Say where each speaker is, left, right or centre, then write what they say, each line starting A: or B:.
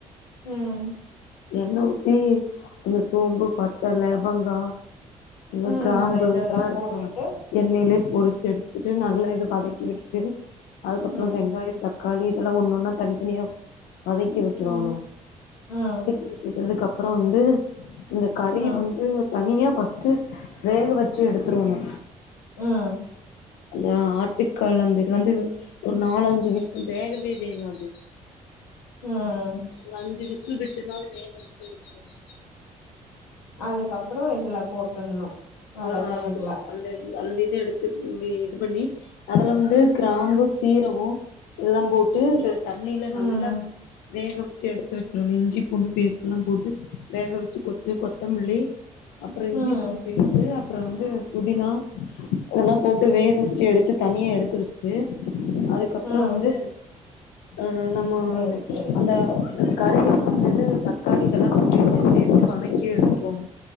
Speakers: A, on the left; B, on the left.
A: ம்
B: எண்ண ஊத்தி அந்த சோம்பு பட்ட லவங்கோ <unintelligible>
A: ம்
B: கிராம்பு
A: அந்த
B: இதெல்லா இருக்குல
A: போட்டுட்டு
B: எண்ணெயிலே பொறிச்சு எடுத்துட்டு நல்லா இது வதக்கி விட்டுட்டு அதுக்கப்புறோ
A: ம்
B: வெங்காயோ தக் காளி இதெல்லா ஒண்ணொன்ன தனித்தனியா வதக்கி விட்ரோணு
A: ம் ம்
B: விட்டதுக் அப்றோ வந்து இந்த கறிய
A: ம்
B: வந்து தனிய ஃபஸ்ட்டு வேக வச்சு எடுத்துட்ரோணு
A: ம்
B: அந்த ஆட்டுக்கால் அந்த இது வந்து ஒரு நாலஞ்சு விசில் வேகவே வேகாது
A: ம் ம்
B: ஒரு அஞ்சு விசில் விட்டுனால வேக வெச்சு எடுத்துக்கோங்க
A: அதுக்கப்புறோ இதுல போட்டுற்ணு வதக்கன்ல
B: ஆ ஆ அது அந்த அந்த இத எடுத்து ம் இது பண்ணி அதுல வந்து கிராம்பு
A: ம்
B: சீரக இதெல்லா போட்டு தண்ணில
A: ம்
B: நல்லா வேக வெச்சு எடுத்து வச்சிடணு இஞ்சி பூண்டு பேஸ்ட்லா போட்டு வேக வெச்சு கொத்து கொத்தமல்லி அப்பறோ
A: ம்
B: இஞ்சிபூண்டு பேஸ்ட் அப்றோ வந்து புதினா இதெல்லா போட்டு வேக வெச்சு எடுத்து தனியா எடுத்து வெஷ்ட்டு அதுக்கப்புறோ
A: ம்
B: வந்து அ நம்மோ
A: சேரி சேரி
B: அந்த அந்த கறியோட அந்த இது தக்காளி இதெல்லா கூட்டிட்டு சேர்த்து வணக்கி எடுத்துக்கோங்க